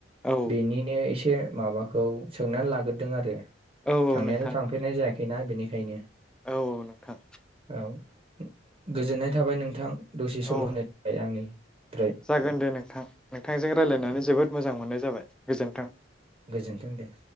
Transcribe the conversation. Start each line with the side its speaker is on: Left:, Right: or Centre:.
Centre: औ
Right: बेनिनो एसे माबाखौ सोंनानै लाग्रोदों आरो
Centre: औ
Right: थांनायाथ'
Centre: नोंथां
Right: थांफेरनाय जायाखैना बेनि खायनो
Centre: औ नोंथां
Right: औ गोजोननाय थाबाय नोंथां दसे सम
Centre: औ
Right: होनो थाखाय आंनिफ्राय
Centre: जागोन दे नोंथां नोंथांजों रायलायनानै जोबोद मोजां मोननाय जाबाय गोजोन्थों
Right: गोजोनथों दे